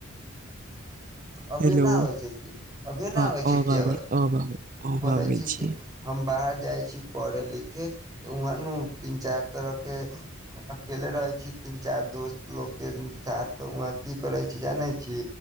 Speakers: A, on the right (about 20°); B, on the right (about 40°).
A: अभियो
B: हेलो
A: नहि आबै छै कि, अभियो ना
B: हँ
A: आबै छै
B: अब
A: कि
B: आबै
A: अबाज,
B: अब आबै अब
A: बोलै
B: आबै
A: छियै
B: छी
A: कि। हम बाहर जाइ छी पढ़े- लिखे तऽ, वहाँ ने तीन चार तरह के अकेल रहै छै। तीन चारि दोस्त लोकके साथ, तऽ वहाँ की करै छी जानै छी?